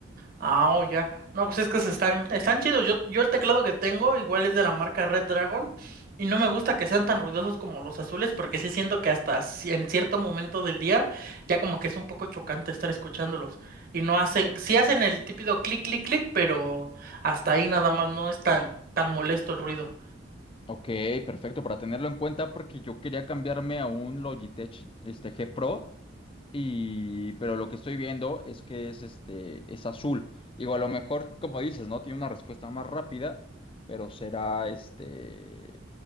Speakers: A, on the right (about 50°); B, on the left (about 30°).
A: Ah, oh, ya. No, pues es que se están, están chidos. Yo, yo el teclado que tengo igual es de la marca Red Dragon y no me gusta que sean tan ruidosos como los azules porque sí siento que hasta ci- en cierto momento del día ya como que es un poco chocante estar escuchándolos y no hacen, sí hacen el típido clic, clic, clic, pero hasta ahí nada más no es tan, tan molesto el ruido.
B: Ok, perfecto, para tenerlo en cuenta porque yo quería cambiarme a un Logitech este, G Pro, y, pero lo que estoy viendo es que es, este, es azul. Digo, a lo mejor, como dices, ¿no? Tiene una respuesta más rápida, pero será, este,